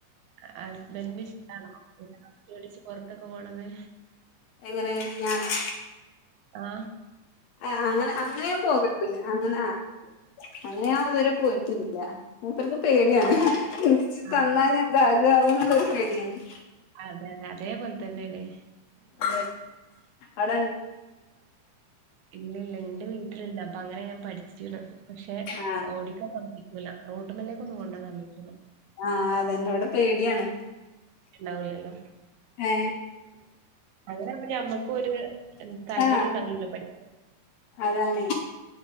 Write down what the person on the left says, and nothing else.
എങ്ങനെ ഞാനോ
ആ അങ്ങനെ അങ്ങനെയും പോകട്ടല്ല അങ്ങനെ ആ അങ്ങ ഞാൻ ഇതുവരെ പോയിട്ടില്ല ഇപ്പർക്ക് പേടിയാണ് എ തന്നാൽ
ഞന്താകാവ എന്നുള്ളൊരു പേടിയാണ്
അ അട
ആ
ആഹ അതെന്നോടെ പേടിയാണ്
ഏ
ആ
അതാണ്